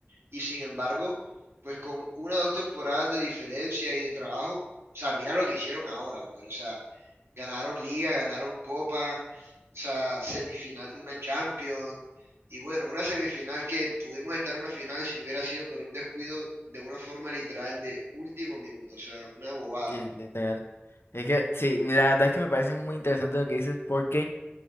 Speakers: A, on the right; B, on the left.
A: Y sin embargo, pues con una o dos temporadas de diferencia y de trabajo, o sea, mira lo que hicieron ahora, brother. O sea, Ganaron liga, ganaron copa, o sea, semifinal de una Champions. Y bueno, una semifinal que pudimos estar en una final si no hubiera sido por un descuido de una forma literal de último minuto, o sea, una bobada.
B: Y literal. Es que, sí, la verdad es que me parece muy interesante lo que dices porque